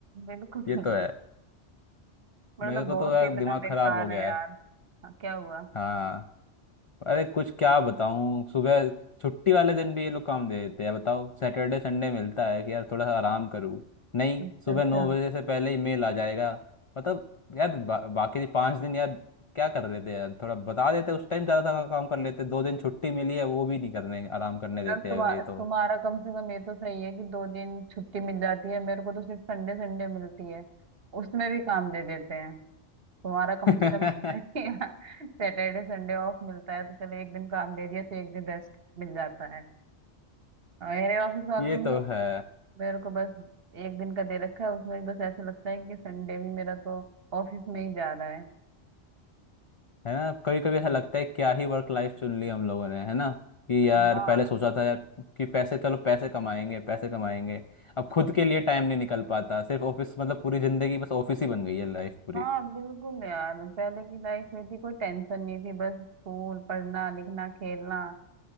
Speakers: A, on the right (about 55°); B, on the left (about 50°).
A: बिल्कुल
B: ये
A: नहीं
B: तो है
A: मेरा
B: मेरे
A: तो
B: को
A: बॉस
B: तो यार
A: ही इतना
B: दिमाग
A: बेकार
B: खराब हो गया
A: है यार
B: है
A: हाँ, क्या हुआ
B: हाँ अरे कुछ क्या बताऊँ सुबह छुट्टी वाले दिन भी ये लोग काम दे देते हैं बताओ सैटरडे संडे मिलता है कि यार थोड़ा सा आराम करूँ नहीं
A: अच्छा
B: सुबह
A: अच्छा
B: नौ बजे से पहले ही मेल आ जाएगा मतलब यार बा, बाकी पाँच दिन यार क्या कर रहे थे यार थोड़ा बता देते उस टाइम ज़्यादा काम कर लेते दो दिन छुट्टी मिली है वो भी नहीं करने आराम करने देते
A: यार तुम्हा,
B: हैं ये तो
A: तुम्हारा कम से कम ये तो सही है कि दो दिन छुट्टी मिल जाती है मेरे को तो सिर्फ संडे संडे मिलती है उसमें भी काम दे देते हैं तुम्हारा कम
B: <laughs>
A: से कम <laughs> सैटरडे संडे ऑफ मिलता है तो चलो एक दिन काम दे दिया तो एक दिन रेस्ट मिल जाता है और मेरे ऑफिस वालों
B: ये
A: ने
B: तो
A: तो
B: है
A: मेरे को बस एक दिन का दे रखा है उसमें भी बस ऐसा लगता है कि संडे भी मेरा तो ऑफिस में ही जा रहा है
B: है ना कभी कभी ऐसा लगता है क्या ही वर्क लाइफ चुन ली हम लोगों ने है ना कि यार
A: हाँ
B: पहले सोचा था यार कि पैसे चलो पैसे कमाएंगे पैसे कमाएंगे अब खुद के लिए टाइम नहीं निकल पाता सिर्फ ऑफिस मतलब पूरी जिंदगी बस ऑफिस ही बन गई है लाइफ पूरी
A: हाँ बिल्कुल यार पहले की लाइफ में थी कोई टेंशन नहीं थी बस स्कूल पढ़ना लिखना खेलना